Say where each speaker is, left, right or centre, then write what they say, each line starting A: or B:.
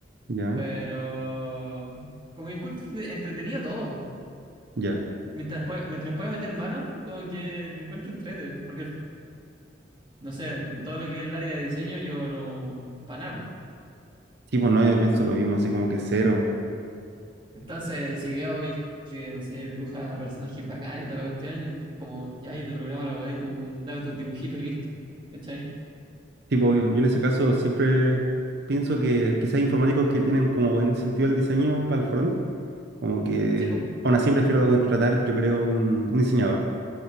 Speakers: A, on the right; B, on the right.
A: Ya.
B: Pero como que encuentro entretenido todo.
A: Ya.
B: Mientras, pue- mientras pueda meter mano, como que lo encuentro entrete, porque al- no sé, en todo lo que es el área de diseño yo no, para nada.
A: Sí, pues no, yo pienso lo mismo, así como que cero.
B: Entonces, si veo que hay gente que, no sé, dibuja personajes bacanes y toda la cuestión, yo- como, ya, yo te programo la weá y tú dame tus dibujitos y listo. ¿Cachai?
A: Sí, pues, obvio. Yo en ese caso siempre pienso que quizás informáticos que tienen como buen sentido el diseño para el front, como que
B: Sí, pues,
A: aún así prefiero contratar, yo creo, un, un diseñador,